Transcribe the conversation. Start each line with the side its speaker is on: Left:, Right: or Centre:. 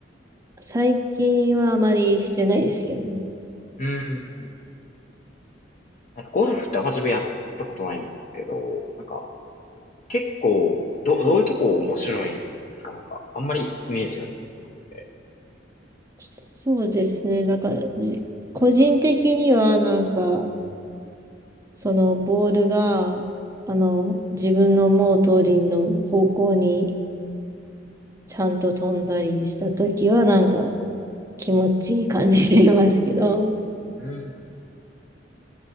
Right: 最近はあまりしてないですけどね。
Left: うん。うんうんうんなんかゴルフってあんま自分やったことないんですけど、なんか結構、ど、どういうとこ面白いんですかなんか、あんまりイメージができてなくて。
Right: そうですね。なんか、じ個人的にはなんか、そのボールが、あの、自分の思う通りの方向にちゃんと飛んだりしたときはなんか気持ちいい感じでいますけど、
Left: うんうんうんうん